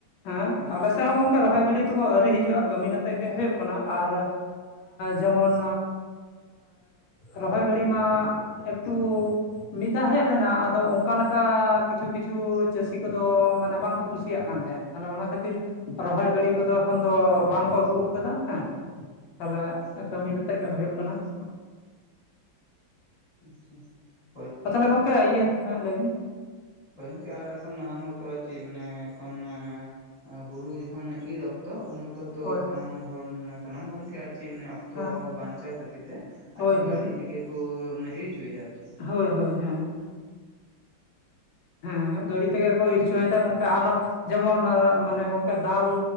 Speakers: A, on the left (about 75°); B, on the left (about 25°).
A: ᱦᱮᱸ
B: ᱦᱳᱭ
A: ᱟᱞᱮ ᱛᱮ ᱦᱚᱸ ᱜᱚᱝᱠᱮ ᱨᱚᱦᱚᱭ ᱜᱟᱹᱰᱤ ᱛᱚᱠᱚ ᱟᱹᱣᱨᱤ ᱦᱤᱡᱩᱜ-ᱟ ᱠᱟᱹᱢᱤᱱ ᱟᱛᱮ ᱜᱮ ᱦᱩᱭᱩᱜ ᱠᱟᱱᱟ ᱟᱨ ᱡᱮᱢᱚᱱ ᱨᱚᱦᱚᱭ ᱜᱟᱹᱲᱤ ᱢᱟ ᱮᱠᱴᱩ ᱢᱤᱫ ᱫᱷᱟᱣ ᱦᱮᱡ ᱞᱮᱱᱟ ᱟᱫᱚ ᱚᱱᱠᱟ ᱞᱮᱠᱟ ᱠᱤᱪᱷᱩ ᱠᱤᱪᱷᱩ ᱪᱟᱹᱥᱤ ᱠᱚᱫᱚ ᱢᱟᱱᱮ ᱵᱟᱝ ᱠᱚ ᱠᱩᱥᱤᱭᱟᱜ ᱠᱟᱱ ᱛᱟᱦᱮᱸᱫ ᱛᱟᱦᱚᱞᱮ ᱚᱱᱟ ᱠᱷᱟᱹᱛᱤᱨ ᱨᱚᱦᱚᱭ ᱜᱟᱹᱲᱤ ᱠᱚᱫᱚ ᱮᱠᱷᱚᱱ ᱫᱚ ᱵᱟᱝ ᱠᱚ ᱟᱹᱜᱩ ᱠᱟᱫᱟ ᱦᱮᱸ ᱛᱟᱞᱦᱮ
B: ᱟᱪᱪᱷᱟ
A: ᱠᱟᱹᱢᱤᱱ ᱟᱛᱮᱜ ᱜᱮ ᱦᱩᱭᱩᱜ ᱠᱟᱱᱟ ᱾
B: ᱟᱪᱪᱷᱟ ᱾
A: ᱛᱟᱦᱚᱞᱮ ᱜᱚᱝᱠᱮ ᱤᱭᱟᱹ ᱦᱮᱸ ᱞᱟᱹᱭ ᱵᱤᱱ᱾
B: ᱦᱳᱭ ᱜᱚᱝᱠᱤ ᱟᱨ ᱮᱠᱷᱚᱱ ᱱᱟ ᱢᱚᱛᱚ ᱟᱪᱮ ᱢᱟᱱᱮ ᱮᱠᱷᱚᱱ ᱾ ᱦᱩᱲᱩ ᱡᱚᱠᱷᱚᱱ ᱤᱨ ᱚᱠᱛᱚ ᱩᱱ ᱚᱠᱛᱚ ᱛᱚ
A: ᱦᱳᱭ
B: ᱥᱟᱱᱟᱢ ᱦᱚᱲ ᱥᱟᱱᱟᱢ ᱦᱚᱲᱜᱮ ᱟᱨ ᱪᱮᱫ ᱢᱟᱱᱮ ᱾ ᱚᱠᱛᱚ
A: ᱦᱮᱸ
B: ᱵᱟᱧᱪᱟᱣ ᱠᱷᱟᱹᱛᱤᱨ ᱛᱮ ᱟᱨ
A: ᱦᱳᱭ
B: ᱪᱮᱫ
A: ᱦᱳᱭ
B: ᱜᱟᱹᱰᱤ ᱛᱮᱜᱮ ᱠᱚ ᱢᱟᱱᱮ ᱤᱨ ᱚᱪᱚᱭᱮᱫᱟ ᱟᱨ ᱪᱮᱫ ᱾
A: ᱦᱳᱭ ᱦᱳᱭ ᱦᱮᱸ᱾ ᱦᱮᱸ ᱜᱟᱹᱰᱤ ᱛᱮ ᱜᱮ ᱠᱚ ᱤᱨᱪᱚᱭᱮᱫᱟ ᱜᱚᱝᱠᱮ ᱟᱨᱚ ᱡᱮᱢᱚᱱ ᱢᱟᱱᱮ ᱜᱚᱝᱠᱮ ᱫᱟᱞ